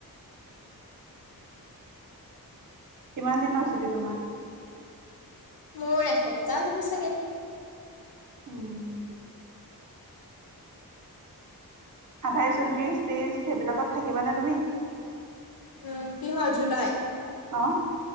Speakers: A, on the right; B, on the left.
A: কিমান দিনৰ ছুটী তোমাৰ।
B: মোৰ এসপ্তাহ হ'ব চাগে।
A: উম আঠাইছ, ঊনত্ৰিছ, ত্ৰিশ সেইবিলাকত থাকিবানে তুমি।
B: উম কিহৰ জুলাই।
A: অ।